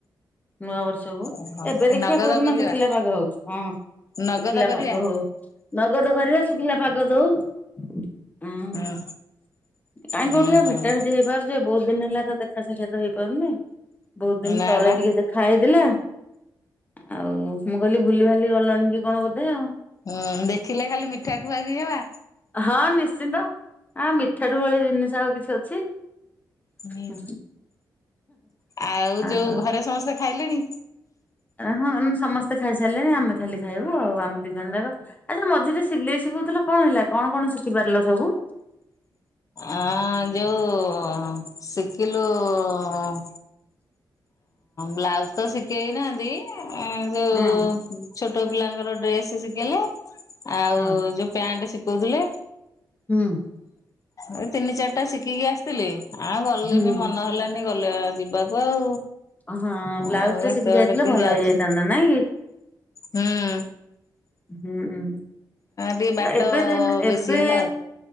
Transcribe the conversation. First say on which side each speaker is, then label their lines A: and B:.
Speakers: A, on the left (about 20°); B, on the left (about 45°).
A: ନୂଆ ବର୍ଷକୁ
B: ଓହୋ
A: ଏବେ
B: ଏ
A: ଦେଖିବା
B: ନଗଦ
A: କେଉଦିନ
B: କରିବା
A: ଶୁଖିଲା ପାଗ ହଉ ହଁ।
B: ନଗଦ
A: ଶୁଖିଲା
B: କରିବା
A: ପାଗ ହଉ ନଗଦ କରିବା ଶୁଖିଲା ପାଗ ଦେଉ ହଁ
B: ହୁଁ
A: କାଇଁ
B: ହୁଁ
A: କୋଉଠି ଆଉ
B: ହୁଁ
A: ଭେଟା ଭୋଟି ହେଇପାରୁ ଯେ ବହୁତ ଦିନ ହେଲା ତ ଦେଖା ସାକ୍ଷାତ ହେଇପାରୁନି ବହୁତ ଦିନ
B: ନା
A: ତଳେ
B: ବା
A: ଟିକେ ଦେଖ ଖା ହେଇଥିଲା ଆଉ ମୁଁ କହିଲି ଭୁଲି ଭାଲି ଗଲାଣି କି କଣ ବୋଧେ ଆଉ
B: ହୁଁ ଦେଖିଲେ ଖାଲି ମିଠା ଖୁଆଖୁଈହେବା।
A: ହଁ ନିଶ୍ଚିନ୍ତ ଆ ମିଠାଠୁ ଭଳି ଜିନିଷ ଆଉ କିଛି ଅଛି।
B: ହୁଁ
A: ଆ
B: ଆଉ ଯୋଉ
A: ହଉ
B: ଘରେ ସମସ୍ତେ ଖାଇଲେଣି।
A: ହଁ ସମସ୍ତେ ଖାଇସାରିଲେଣି ଆମେ ଖାଲି ଖାଇବୁ ଆଉ ଆମ ଦି ଜଣ ଯାକ ଆରେ ମଝିରେ ସିଲେଇ ଶିଖୁଥିଲ କଣ ହେଲା କଣ କଣ ଶିଖି ପାରିଲ ସବୁ।
B: ଆଁ ଯୋଉ ଶିକିଲୁ ଆଁ ବ୍ଲାଉଜ ତ ଶିଖିଯାଇଥାନ୍ତି ଆ ଯୋଉ
A: ହୁଁ
B: ଛୋଟ ପିଲାଙ୍କର ଡ୍ରେସ ଶିଖେଇଲେ ଆଉ
A: ହଁ।
B: ଯୋଉ ପ୍ୟାଣ୍ଟ ଶିଖଉଥିଲେ
A: ହୁଁ।
B: ଏଇ ତିନି ଚାରିଟା ଶିଖିକି ଆସିଥିଲି ଆଉ ଗଲିଣିି
A: ହୁଁ
B: ମନ ହେଲାନି। ଗଲେ ଯିବାକୁ ଆଉ।
A: ହଁ ବ୍ଲାଉଜ
B: ଆଉ
A: ଟା
B: ଏତେ
A: ଶିଖି ଯାଇଥିଲେ
B: ବାଟ କିଏ
A: ଭଲ
B: ଯାଉଛି
A: ହେଇଯାଇଥାନ୍ତା ନାଇଁ କି
B: ହୁଁ <unintelligible>
A: ହୁଁ
B: ଟିକେ ବାଟ
A: ଏବେ ଦିନେ
B: ବେଶୀ
A: ଏବେ
B: ହେଲା